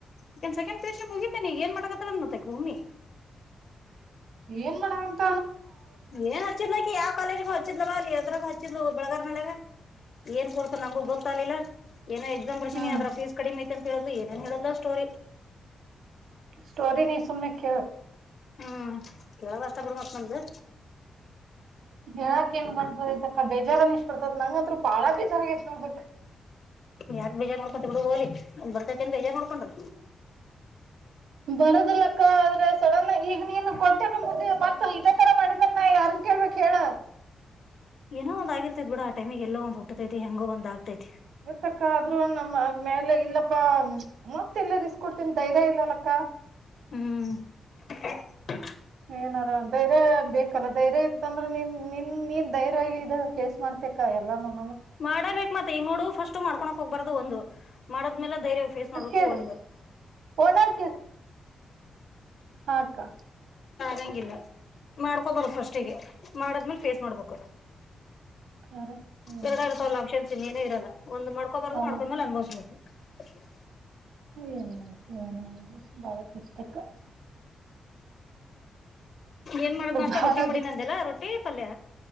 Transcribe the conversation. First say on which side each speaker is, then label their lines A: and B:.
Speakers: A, on the left; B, on the right.
A: ಈಗಸೆಕೆಂಡ್ <unintelligible> ಮುಗಿತೇನೆಿ ಈಗಏನ್ಮಾಡಕತ್ತಳತ್ತಉಮ್ಮಿ
B: ಏನ್ ಮಾಡಳಾಂತ
A: ಏನ್ ಹಚ್ಚಿದ್ಲು ಅಕಿ ಯಾವ ಕಾಲೇಜ್ಗ ಹಚ್ಚಿದ್ಲಲವಾ ಅಲ್ಲಿ ಅದ್ರಾಗ ಹಚ್ಚಿದ್ಲು ಬೆಳಗರ್ನಳಗ ಏನ್ ಕೊಡ್ಸಿಯಾನ ನಂಗು ಗೊತ್ತಗ್ಿಲ್ಲ ಏನೋ ಎಕ್ಸಾಮ್ ಬರ್ಸೀಿನಿ
B: ಹ್ಮ್
A: ಅದ್ರ ಫೀಸ್ ಕಡಿಮೆ ಐತಿ ಅಂತ ಹೇಳುದು ಏನೇನ್ ಹೇಳಿದ್ಲು ಸ್ಟೋರಿ
B: ಸ್ಟೋರಿ ನೀ ಸುಮನೆ ಕೇಳು
A: ಹ್ಮ್ ಕೇಳದುಅಷ್ಟೇ ಬಿಡ ಮತ್ ನಂದು
B: ಹೇಳಾಕ ಏನ್ ಗಂಟುಹೋಗೆ ತಕ್ಕ ಬೇಜಾರ ಅನಿಸಿಬಿಡುತ್ತದ ನಂಗತ್ರ ಬಾಳ ಬೇಜಾರ ಆಗೇತಿ ಹೋಗ್ಬೇಕ್ <unintelligible>
A: ಯಾಕ್ ಬೇಜಾರ್ ಮಾಡ್ಕೊಂತಿ ಬಿಡು ಹೋಗಲಿ ಬರ್ತದ ಏನ ಬೇಜಾರ್ ಮಾಡ್ಕೊಂಡ್ರ
B: ಬರದಿಲ್ಲಕ್ಕ ಆದ್ರೆ ಸಡನ್ ಈಗ ನೀನು ಕೊಟ್ಟೆ ಅಕ್ಕಮತ್ತ ಇದ ತರ <unintelligible> <unintelligible> ಕೇಳ್ಬೇಕ ಹೇಳ
A: ಏನ ಒಂದ ಆಗಿರ್ತೈತಿ ಬಿಡ ಆ ಟೈಮ್ ಗೆ ಎಲ್ಲೋ ಒಂದ ಹುಟ್ಟೈತಿ ಹೆಂಗೋ ಒಂದ ಆತೈತಿ
B: ಇತ್ತಕ್ಕ ಆದ್ರೂ ನಮ್ಮ ಮೇಲೆ ಇಲ್ಲಪ್ಪಾ ಮತ್ತ ಎಲ್ಲ ರಿಸ್ಕ್ ಕೊಡ್ತೀನಿ ಧೈರ್ಯ ಇಲ್ಲಲ್ಲಕ್ಕ
A: ಹ್ಮ್ <unintelligible> <unintelligible>
B: ಏನಾರಾ ಧೈರ್ಯ ಬೇಕಲ್ಲ ಧೈರ್ಯ ಇತ್ತ ಅಂದ್ರ ನೀನ್ ನಿನ್ ನೀನ್ ಧೈರ್ಯವಾಗಿ ಇದ ಫೇಸ್ ಮಾಡ್ತ <unintelligible> ಎಲ್ಲ ಮಾಡ್
A: ಮಾಡಬೇಕಕ್ ಮತ್ತೆ ಈ ನೋಡು ಫಸ್ಟ್ ಮಾಡ್ಕೋ ಹೋಗ್ಬಾರ್ದು ಒಂದು ಮಾಡದ್ಮೇಲೆ ಧೈರ್ಯವಾಗಿ ಫೇಸ್ ಮಾಡ್ಬೇಕು
B: ಕೇಳ್ರಿ
A: ಒಂದು
B: ಓನರ್ ಹ ಅಕ್ಕಾ
A: ಹಂಗಿಲ್ಲ ಮಾಡ್ಕೊಬರೋದ್ ಫಸ್ಟಿಗೆ ಮಾಡದ್ಮೇಲೆ ಫೇಸ್ ಮಾಡ್ಬೇಕು
B: ಖರೆ ಏನ್
A: ಎರಡ
B: ಮಾಡ್ತಿ
A: ಇರ್ತವಲ್ಲ ಅಕ್ಷನ್ಸಿನಿ ಏನೇ ಇರಲ್ಲ ಒಂದ ಮಾಡ್ಕೊಬಾರದುು
B: ಹೌದು
A: ಮಾಡ್ಕೊಂಡ್ಮೇಲೆ ಅನುಭವಿಸ್ಬೇಕು <unintelligible>
B: ಏನ್್ ಏನ ಬಾಳ ಪುಸ್ತಕ
A: ಏನ್ ಮಾಡುದ್ ನ ಅಷ್ಟ
B: ಬಾಳ
A: ರೊಟ್ಟಿ ಮಾಡಿ ನ ಅಂದಲ್ಲಾ ರೊಟ್ಟಿ ಪಲ್ಯ